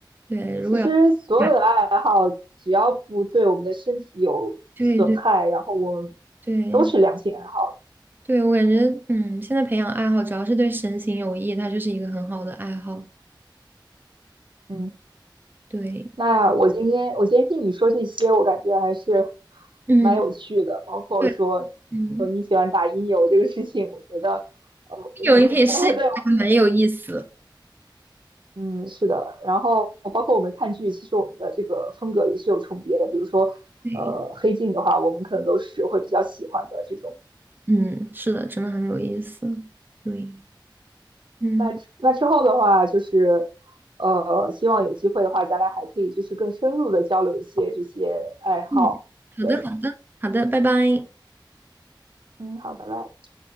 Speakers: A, on the right (about 25°); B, on the right (about 80°).
A: 对，如果要
B: 其实所有的爱好只要不对我们的身体有损害，
A: <laughs> 对对
B: 然后我们
A: 对
B: 都是良性爱好的。
A: 对，我感觉嗯，现在培养爱好主要是对身心有益，它就是一个很好的爱好。
B: 嗯，
A: 对，
B: 那我今天我今天听你说这些，我感觉还是
A: 嗯
B: 蛮有趣的，包括说
A: 对嗯，
B: 呃你喜欢打音游这个事情，我觉得呃我一
A: 有你可以试一下，
B: <laughs> 对
A: 蛮有意思。
B: 嗯，是的，然后包括我们看剧，其实我们的这个风格也是有重叠的。比如说，
A: 对。
B: 呃，黑镜的话，我们可能都是会比较喜欢的这种。
A: 嗯，是的，真的很有意思。对，嗯，
B: 那之那之后的话，就是呃，希望有机会的话，咱俩还可以就是更深入的交流一些这些爱好。
A: 嗯，好的，
B: 对，
A: 好的，好的，拜拜。
B: 嗯，好，拜拜。